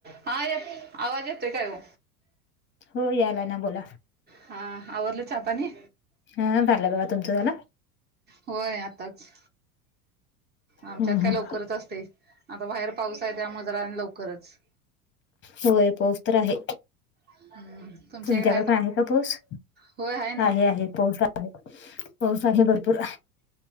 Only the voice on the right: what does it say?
हा येतो आवाज येतोय काय ओ?
हा आवरलं चहा पाणी
होय आताच आमच्यात
काय लवकरच असतय. आता बाहेर पाऊस आहे त्यामुळ जरा आणि लवकरच
हम्म, तुमच्या
इकडे
होय ना